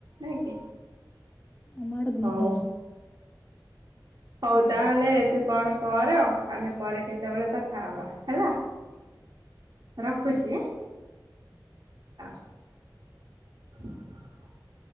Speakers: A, on the right; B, on the left.
A: ନାଇହିଁ କି?
B: ଆମ ଆଡେ
A: ହଉ। ହଉ
B: ଭଲ
A: ତାହେଲେ ତୁ କଣ କର ଆମେ ପରେ କେତେବେଳେ କଥା ହବା ହେଲା। ରଖୁଛି ଆଁ। <unintelligible>